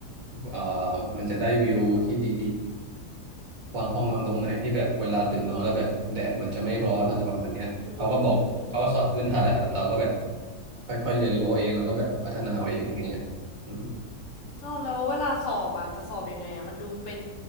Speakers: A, on the right (about 60°); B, on the left (about 55°).
A: เอ่อมันจะได้วิวที่ดีวางห้องนอนตรงไหนที่แบบเวลาตื่นนอนแล้วแบบแดดมันจะไม่ร้อนอะไรประมาณเนี้ยเขาก็บอกเขาก็สอนพื้นฐานแหละแต่เราก็แบบ
B: อืม
A: ค่อยๆเรียนรู้เอาเองแล้วก็แบบพัฒนาเอาเองอะไรเงี้ยอืม
B: อ้าวแล้วเวลาสอบอ่ะจะสอบยังไงอ่ะมันดูเป็น